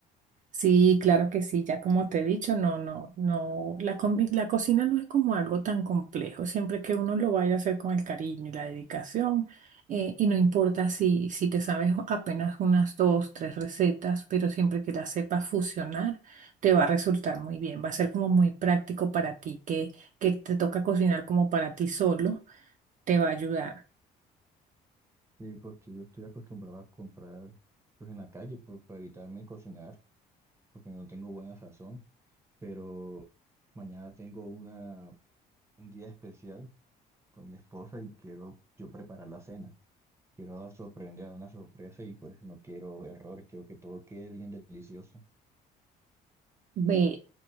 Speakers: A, on the right; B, on the right.
A: Sí, claro que sí, ya como te he dicho, no, no, no, la, combi- la cocina no es como algo tan complejo, siempre que uno lo vaya a hacer con el cariño y la dedicación, eh, y no importa si, si te sabes apenas unas dos, tres recetas, pero siempre que las sepas fusionar, te va a resultar muy bien, va a ser como muy práctico para ti, que, que te toca cocinar como para ti solo, te va a ayudar.
B: Sí, porque yo estoy acostumbrado a comprar pues en la calle por- para evitarme cocinar, porque no tengo buena sazón, pero mañana tengo una, un día especial con mi esposa y quiero yo preparar la cena. Quiero sorprender a una sorpresa y pues no quiero errores, quiero que todo quede bien delicioso.
A: Ve,